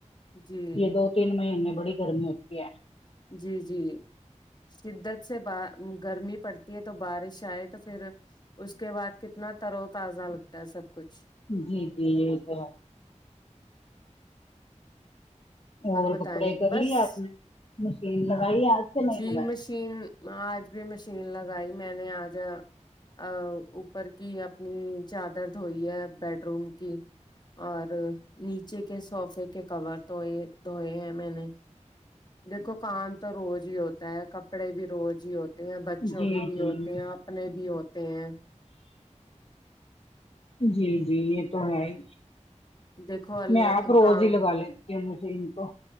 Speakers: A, on the left; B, on the left.
A: جی
B: یہ دو تین مہینے بڑی گرمی ہوتی ہے
A: جی جی شدت سے با گرمی پڑتی ہے تو بارش آئے تو پھر اس کے بعد کتنا تر و تازہ لگتا ہے سب کچھ
B: جی جی یہی تو ہے اور
A: بتائیں
B: کپڑے کر
A: بس
B: لی اپ نے مشین لگائی اج سے نہیں
A: جی
B: لگائی
A: مشین آج بھی مشین لگائی میں نے آج ا اوپر کی اپنی چادر دھوئی ہے بیڈ روم کی اور نیچے کے سوفے کے کور دھوئے دھوئے ہیں میں نے دیکھو کام تو روز ہی ہوتا ہے کپڑے بھی روز ہی ہوتے تے ہیں بچوں
B: جی
A: کے بھی
B: جی
A: ہوتے ہیں اپنے بھی ہوتے ہیں
B: جی جی یہ تو ہے ہی
A: دیکھو اللہ
B: میں آپ روز
A: کام
B: ہی لگا لیتی ہوں مشین تو